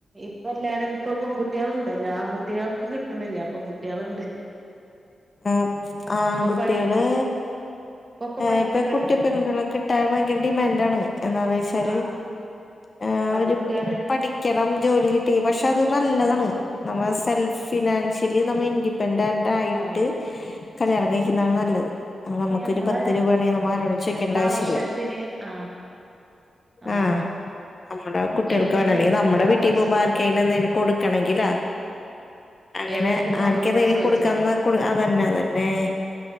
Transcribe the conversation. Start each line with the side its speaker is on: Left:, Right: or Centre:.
Right: ഇപ്പ എല്ലാരും ഇപ്പ പെൺകുട്ടിയോള് ഉണ്ടല്ലോ ആൺകുട്ടികൾക്ക് കിട്ട്ണില്ല പെൺകുട്ടിയോള് ഉണ്ട്.
Left: ആഹ് ആൺകുട്ടിയോള്.
Right: ഇപ്പൊ പഠി ഇപ്പൊക്കെ പഠിക്കാണ്
Left: ഇപ്പ കുട്ടിപ്പെണ്ണുകളെ കിട്ടാൻ ഭയങ്കര ഡിമാൻഡ് ആണ് എന്താന്ന് വെച്ചാല്.
Right: ആഹ്
Left: ആഹ്
Right: പഠിക്കാണ്
Left: അവര് പഠിക്കണം ജോലി കിട്ടി പക്ഷെ അത് നല്ലതാണ് നമ്മള് സെൽഫ്. ഫിനാൻഷ്യലി നമ്മൾ ഇൻഡിപെൻഡന്റ് ആയിട്ട്
Right: ആഹ്
Left: കല്യാണം കഴിക്കുന്നതാണ് നല്ലത്. അ നമുക്കൊരു
Right: ഇനി നമ്മളെ
Left: പത്ത് രൂപാണെങ്കി നമ്മ ആരോടും ചോയ്ക്കണ്ട
Right: നമ്മളെ
Left: ആവശ്യല്ല
Right: ആവശ്യത്തിന് ആഹ് ആഹ്
Left: ആ നമ്മുടെ കുട്ടിയാൾക്കാണ്
Right: എന്തിനായാലും
Left: അല്ലെങ്കി നമ്മടെ
Right: നമ്മളെ
Left: വീട്ടി
Right: ആവശ്യം
Left: പൊവുമ്പൊ ആർക്കേലും
Right: നടക്കും
Left: എന്തേലു കൊട് ക്കണെങ്കിലാ അങ്ങനെ
Right: എല്ലാത്തിനും
Left: ആർക്കെന്തനി
Right: ഓലോട് ചോദിച്ചണ്ടേ
Left: കൊടുക്കാന്ന അതന്നെ അതന്നെ